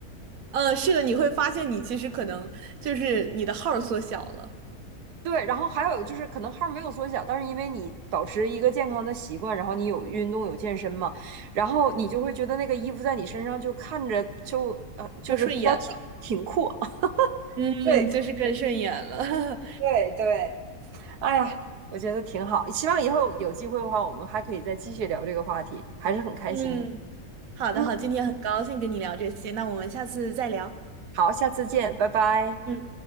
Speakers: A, on the right; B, on the right.
A: 呃，是的，你会发现你其实可能就是你的号儿缩小了，
B: 对，然后还有就是，可能号儿没有缩小，但是因为你保持一个健康的习惯，然后你有运动有健身嘛，然后你就会觉得那个衣服在你身上就看着就呃就是比较挺挺阔，
A: 更顺眼了，
B: <laughs>
A: 嗯，
B: 对
A: 就是更顺眼了，<laughs>
B: 对对，哎呀，我觉得挺好。希望以后有机会的话，我们还可以再继续聊这个话题，还是很开心的。
A: 嗯，好的，
B: 嗯，
A: 好，今天很高兴跟你聊这些，那我们下次再聊，
B: 好，下次见，拜拜。
A: 嗯，